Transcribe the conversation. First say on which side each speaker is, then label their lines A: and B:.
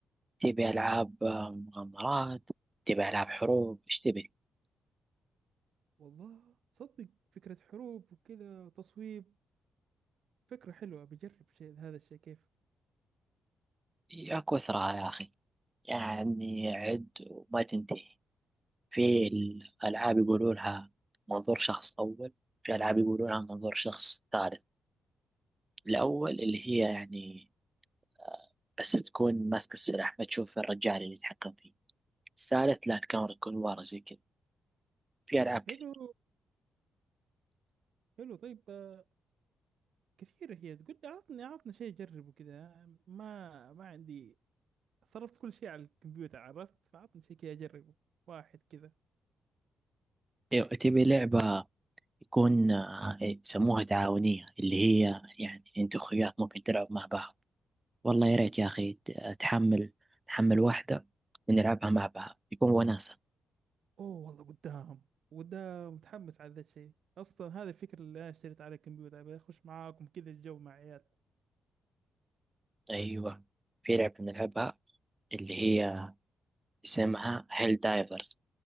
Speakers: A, on the right; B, on the right.
A: تبي ألعاب آه، مغامرات تبي ألعاب حروب إيش تبي
B: والله صدق فكرة حروب وكذا تصويب فكرة حلوة بجرب شيء هذا الشيء كيف
A: يا كثرة يا أخي يعني عد وما تنتهي في الألعاب يقولوا لها منظور شخص أول في ألعاب يقولوا لها منظور شخص ثالث الأول اللي هي يعني آه، بس تكون ماسك السلاح ما تشوف الرجال اللي يتحكم فيه الثالث لا الكاميرا تكون ورا زي كذا في ألعاب كتير
B: حلو حلو طيب آه، كثيرة هي تقول لي عطني عطني شيء أجربه كذا ما ما عندي صرفت كل شيء على الكمبيوتر عرفت فعطني شيء كذا أجربه واحد كذا
A: أيوة، تبي لعبة يكون آه، إيه، يسموها تعاونية اللي هي يعني أنت وأخوياك ممكن تلعب مع بعض والله يا ريت يا أخي ت- تحمل تحمل واحدة نلعبها مع بعض يكون وناسة
B: أوه والله قدام قدام متحمس على ذا الشيء أصلا هذا الفكرة اللي أنا اشتريت على الكمبيوتر أبي أخش معاكم كذا الجو مع عيال
A: أيوة في لعبة نلعبها اللي هي اسمها هيل دايفرز